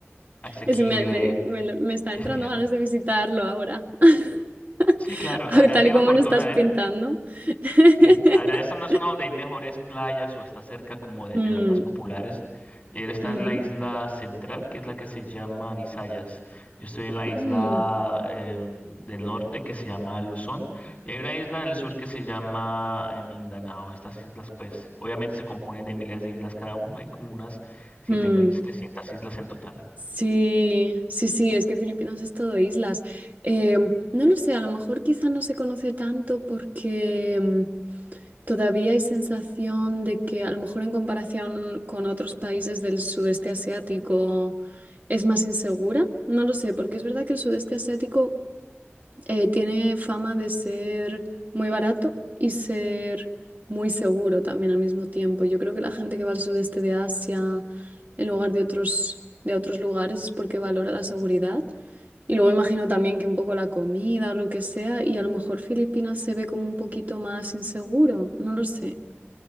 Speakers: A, on the left; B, on the right.
A: asequible,
B: Es que me, me me lo- me está
A: es
B: entrando
A: genial.
B: ganas de visitarlo ahora. <laughs>
A: Sí, claro,
B: A
A: Adrián
B: ver, tal
A: tiene
B: y como
A: la fortuna,
B: lo estás pintando.
A: ¿eh?
B: <laughs>
A: Sí, Adrián está en una zona donde hay mejores playas o está cerca como de,
B: Mm,
A: de las más populares. Él está
B: ujú,
A: en la isla central, que es la que se llama Visayas. Yo estoy en la isla
B: mm,
A: eh, del norte que se llama Luzón y hay una isla en el sur que se llama eh, Mindanao. Estas islas, pues, obviamente se componen de miles de islas cada uno. Hay como unas 7.700
B: mm.
A: islas en total.
B: Sí, sí, sí, es que Filipinas es todo islas. Em, no lo sé, a lo mejor quizá no se conoce tanto porque em, todavía hay sensación de que a lo mejor en comparación con otros países del sudeste asiático es más insegura. No lo sé, porque es verdad que el sudeste asiático Eh, tiene fama de ser muy barato y ser muy seguro también al mismo tiempo. Yo creo que la gente que va al sudeste de Asia en lugar de otros, de otros lugares es porque valora la seguridad. Y luego imagino también que un poco la comida o lo que sea, y a lo mejor Filipinas se ve como un poquito más inseguro, no lo sé.